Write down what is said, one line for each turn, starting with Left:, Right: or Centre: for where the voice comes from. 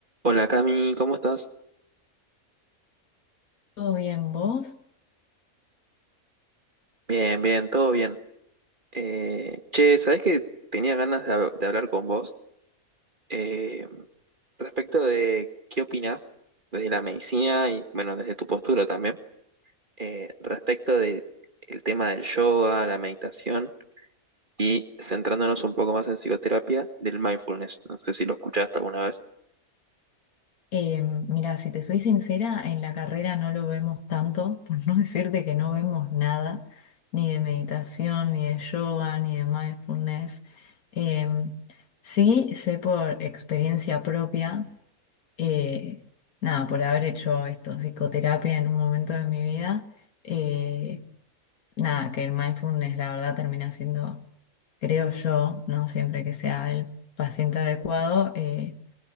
Right: Hola Cami, ¿cómo estás?
Left: Todo bien, vos.
Right: Bien, bien, todo bien. Eh, che, ¿sabés que tenía ganas de, hab- de hablar con vos eh, respecto de qué opinás desde la medicina y, bueno, desde tu postura también, eh, respecto del tema del yoga, la meditación y centrándonos un poco más en psicoterapia del mindfulness? No sé si lo escuchaste alguna vez.
Left: Eh, mira, si te soy sincera, en la carrera no lo vemos tanto, <laughs> por no decirte que no vemos nada, ni de meditación, ni de yoga, ni de mindfulness. Eh, sí, sé por experiencia propia, eh, nada, por haber hecho esto, psicoterapia en un momento de mi vida, eh, nada, que el mindfulness la verdad termina siendo creo yo, ¿no? Siempre que sea el paciente adecuado, eh,